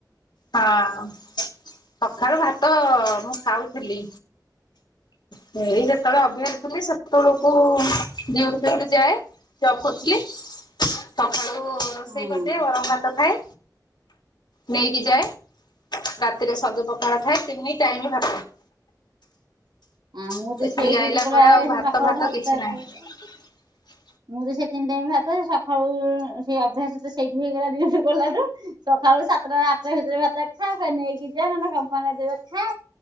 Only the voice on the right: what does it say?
ହୁଁ
ଆଉ ମୁଁ
ତ ସେଇ
ଡ୍ୟୁଟି
କଲାବେଳେ
ସେ ସକାଳୁ
ଭାତ
ଖାଇବେ ମୁଁ ତ ସେ ତିନି ଟାଇ ଭାତ ସକାଳୁ ସେଇ ଅଭ୍ୟାସ ତ ସେଇଠୁ ହେଇଗଲା। ଦୁଇଠୁ ଗଲୁ। ସକାଳୁ ସାତଟା ଆଠଟା ଭିତରେ ଭାତ ଖାଇବେ। ନେଇକି ଯା କମ୍ପାନୀରେ ଦେବେ ଖା।